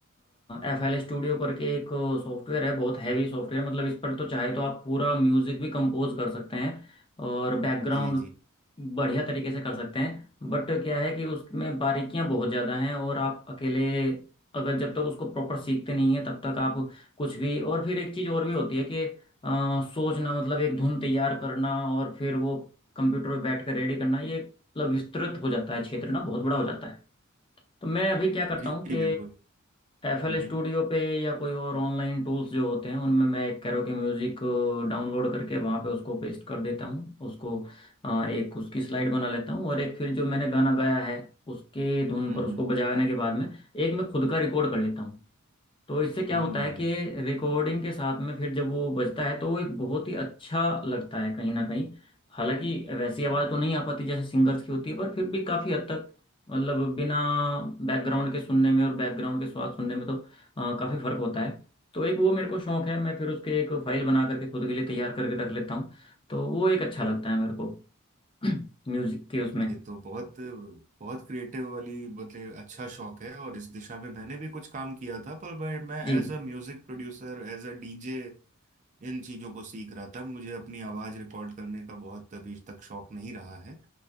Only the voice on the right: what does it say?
जी जी
जी
जी
बिल्कुल
हम्म
हम्म
हम्म
हम्म,
जी, ये तो बहुत बहुत क्रिएटिव वाली मतलब अच्छा शौक है और इस दिशा में मैंने भी कुछ काम किया था पर मैं मैं
as a music producer as a DJ इन चीजों को सीख रहा था मुझे अपनी आवाज रिकॉर्ड करने का बहुत अभी तक शौक नहीं रहा है